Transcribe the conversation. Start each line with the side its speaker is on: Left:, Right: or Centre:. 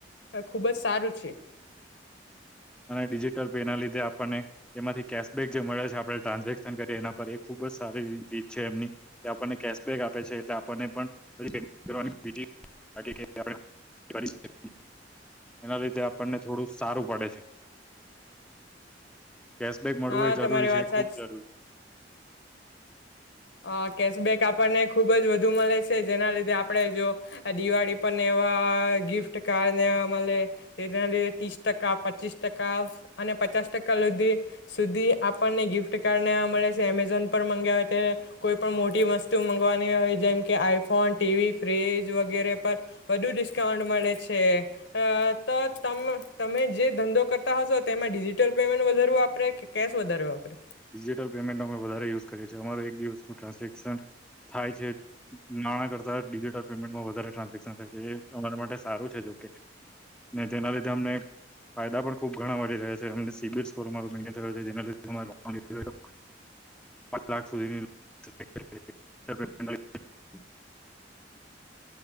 Left: હ ખુબ જ સારું છે.
Centre: અને ડિજિટલ પે ના લીધે આપણને એમાંથી કેશબેક જે મળે છે આપણે ટ્રાન્ઝેક્શન કરીએ એના પર એ ખુબ જ સારી રીત છે એમની કે આપણને કેશબેક આપે છે એટલે આપણને <unintelligible> એના લીધે આપણને થોડું સારું પડે છે. કેશબેક મળવું
Left: હા
Centre: એ જરૂરી
Left: તમારી વાત
Centre: છે એ
Left: સાચ
Centre: ખૂબ જરૂરી છે.
Left: હ કેશબેક આપણને ખુબ જ વધુ મળે છે જેના લીધે આપડણે જો દિવાળી પણને એવા ગિફ્ટ કાર્ડ ને મલે તેના લીધે ત્રીસ ટકા, પચીસ ટકા અને પચાસ ટકા લધી સુધી આપણને ગિફ્ટ કાર્ડ ને આ મળે છે, એમેઝોન પર મગાવવે કે કોઈ પણ મોટી વસ્તુ મંગવાની હોય જેમ કે આઈ ફોન, ટીવી, ફ્રીજ વગેરે પર વધુ ડિસ્કાઉન્ટ મળે છે, અ તો તમે તમે જે ધંધો કરતા હશો તેમાં ડિજિટલ પેમેન્ટ વધારું વાપરે કે કેશ વધાર વાપરે?
Centre: ડિજિટલ પેમેન્ટ અમે વધારે યુઝ કરીએ છીએ અમાર એક દિવસનું ટ્રાન્ઝેક્શન થાય છે નાણાં કરતા ડિજિટલ પેમેન્ટમાં વધારે ટ્રાન્ઝેક્શન થાય છે એ અમારા માટે સારું છે જોકે, ને તેના લીધે અમને ફાયદા પણ ખુબ ઘણા મળી રહ્યા છે, એમને સીબિલ સ્કોર અમારો મેન્ટેન છે જેના લધે અમે લો ન લેવી હોય તો પાંચ લાખ સુધીની <unintelligible>